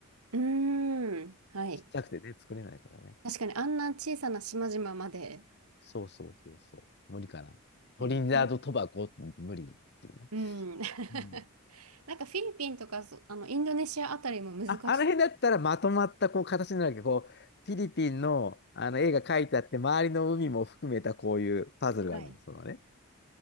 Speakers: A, on the right; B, on the left.
A: うーん。はい。
B: ちっちゃくてね、作れないからね。
A: 確かにあんな小さな島々まで、
B: そうそうそうそう。無理かな。トリニダード・
A: うん。組み
B: トバゴ、無理っていうね。
A: うん <laughs>
B: うん
A: なんかフィリピンとかそあのインドネシアあたりも難しそ
B: あ、あの辺だったらまとまったこう形になるわけど、こう、フィリピンの、あの絵が描いてあって、周りの海も含めたこういうパズルがあるの、
A: う。はい。
B: そのね。